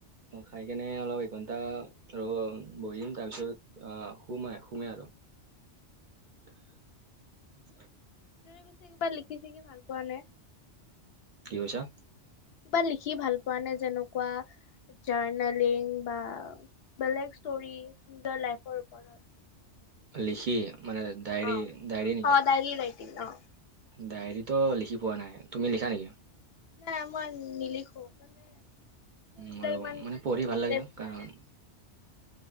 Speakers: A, on the right; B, on the left.
A: অ খাই কেনে অলপ এঘণ্টা ৰ বহিম তাৰপিছত আ শুমে শুমে আৰু। <unintelligible>
B: চিঞৰি পিছে কিবা লিখি চিকি ভাল পোৱা নে?
A: কি কৈছা?
B: কিবা লিখি ভাল পোৱা নে যেনেকুৱা জাৰ্ণেলিং বা বেলেগ ষ্টৰি নিজৰ লাইফৰ ওপৰত
A: লিখি মানে ডায়ৰী
B: অ',
A: ডায়ৰী নেকি?
B: অ', ডায়েৰী ৰাইটিং অ',
A: ডায়েৰীটো লিখি পোৱা নাই, তুমি লিখা নেকি?
B: নাই মই নিলিখো মানে মোৰ এইবিলাক
A: ময়ো
B: ইমান
A: মানে পঢ়ি
B: ইনটাৰেষ্ট
A: ভাল লাগে কা-
B: নাই।